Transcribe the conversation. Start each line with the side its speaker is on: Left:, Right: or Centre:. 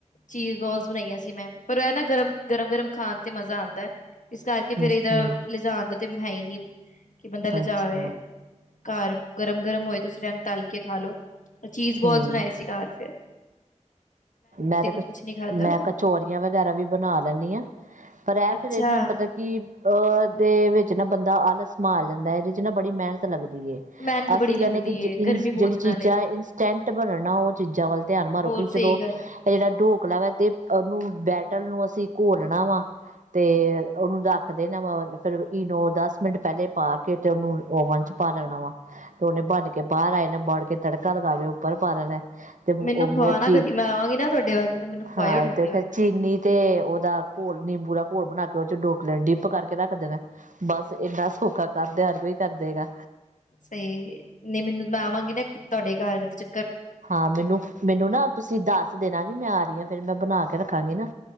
Left: ਚੀਜ਼ ਬੋਲਸ ਬਣਾਈਆਂ ਸੀ ਮੈਂ ਪਰ ਐ ਨਾ ਗਰਮ- ਗਰਮ- ਗਰਮ ਖਾਣ ਤੇ ਮਜ਼ਾ ਆਦਾ। ਇਸ ਕਰਕੇ ਫੇਰ
Right: ਹਮ
Left: ਇਹਦਾ।
Right: ਹਮ
Left: ਜਾਣ ਦਾ ਤੇ ਮੈਨੂੰ ਹੈ ਨੀਂ। ਕਿ ਬੰਦਾ ਲਜਾਵੇ।
Right: ਅੱਛਾ
Left: ਘਰ ਗਰਮ-ਗਰਮ ਹੋਏ ਤੁਸੀਂ ਇਹਨੂੰ ਤਲ ਕੇ ਖਾ ਲੋ। ਚੀਜ਼ ਬੋਲਸ
Right: ਹਮ
Left: ਬਣਾਏ ਸੀ ਰਾਤ ਫੇਰ।
Right: ਮੈਂ ਤੇ ਫੇਰ
Left: ਕੁਛ ਨੀ ਖਾਧਾ।
Right: ਮੈਂ ਕਚੋਰੀਆਂ ਵਗੈਰਾ ਵੀ ਬਣਾ ਲੈਂਣੀ ਹਾਂ। ਪਰ ਇਹ
Left: ਅੱਛਾ
Right: ਫੇਰ ਇਹ ਨਾ ਮਤਲਬ ਕਿ ਅਹ ਦੇ। ਵਿੱਚ ਨਾ ਬੰਦਾ ਆਲਸ ਮਾਰ ਜਾਂਦਾ ਇਹਦੇ ਚ ਨਾ ਬੜੀ ਮਿਹਨਤ ਲੱਗਦੀ। ਏ
Left: ਮਿਹਨਤ ਬੜੀ
Right: ਅਸੀਂ
Left: ਲੱਗਦੀ
Right: ਕਹਿੰਦੇ ਕਿ
Left: ਏ
Right: ਜਿੰਨੀ
Left: ਗਰਮੀ ਬਹੁਤ
Right: ਜਿਹੜੀ
Left: ਨਾਲੇ
Right: ਚੀਜ਼ ਇੰਸਟੈਂਟ ਬਣਨਾ ਉਹ ਚੀਜ਼ਾਂ ਵੱਲ ਧਿਆਨ ਮਾਰੋ
Left: ਹੋਰ
Right: ਕਿ
Left: ਸਹੀ
Right: ਚਲੋ।
Left: ਗੱਲ
Right: ਇਹ ਜਿਹੜਾ ਢੋਕਲਾ ਵਾ ਤੇ ਉਹਨੂੰ। ਬੈਟਲ ਨੂੰ ਅਸੀਂ ਘੋਲਣਾ ਵਾ, ਤੇ ਉਹਨੂੰ ਰੱਖ ਦੇਣਾ ਵਾ ਫੇਰ ਇਨੋ ਦਸ ਮਿੰਟ ਪਹਿਲੇ ਪਾ ਕੇ ਤੇ ਉਹਨੂੰ ਓਵਨ ਚ ਪਾ ਲੈਣਾ ਵਾ, ਤੇ ਉਹਨੇ ਬੰਨ ਕੇ ਬਾਹਰ ਆ ਜਾਂਦਾ ਵਾ, ਮੁੜ ਕਿ ਤੜਕਾ ਲਗਾ ਕੇ ਉੱਪਰ ਪਾ ਦੇਣਾ। ਤੇ ਉਹ
Left: ਮੈਨੂੰ ਖਵਾਣਾ
Right: ਹੀ ਚੀ।
Left: ਕਦੀ ਮੈਂ ਆਵਾਂਗੀ ਨਾ ਤੁਹਾਡੇ ਵੱਲ ਤੇ ਮੈਨੂੰ ਖਵਾਇਓ
Right: ਹਾਂ
Left: ਢੋਕਲਾ
Right: ਤੇ ਫੇਰ ਚੀਨੀ ਤੇ ਉਹਦਾ ਘੋਲ। ਨਿੰਬੂ ਦਾ ਘੋਲ ਬਣਾ ਕੇ ਉਹ ਚ ਡੋਕਲਾ ਡਿੱਪ ਕਰਕੇ ਰੱਖ ਦੇਣਾ ਬਸ ਇੰਨਾ ਸੌਖਾ ਕਰਦੇ ਹਰ ਕੋਈ ਕਰਦੇ ਨੇ।
Left: ਸਹੀ ਨਹੀਂ ਮੈਨੂੰ ਮੈਂ ਆਵਾਂਗੀ ਨਾ ਤੁਹਾਡੇ ਘਰ ਵਿੱਚ
Right: ਹਾਂ ਮੈਨੂੰ ਮੈਨੂੰ ਨਾ ਤੁਸੀਂ ਦੱਸ ਦੇਣਾ ਕਿ ਮੈਂ ਆ ਰਹੀ ਹਾਂ ਫੇਰ ਮੈਂ ਬਣਾ ਕੇ ਰੱਖਾਂਗੀ ਨਾ।